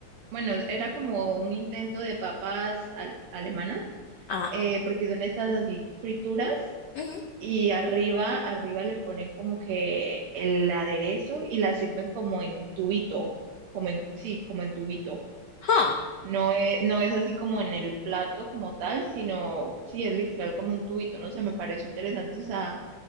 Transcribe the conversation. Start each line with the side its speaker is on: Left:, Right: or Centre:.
Right: bueno, era como un intento de papas al- alemanas,
Left: Ajá.
Right: eh, porque son estas así frituras
Left: Ujú.
Right: y arriba, arriba le ponen como que el aderezo y la sirven como en tubito, como en, sí, como en tubito.
Left: ah
Right: No es, no es así como en el plato como tal, sino sí es literal como un tubito, no sé, me pareció interesante esa,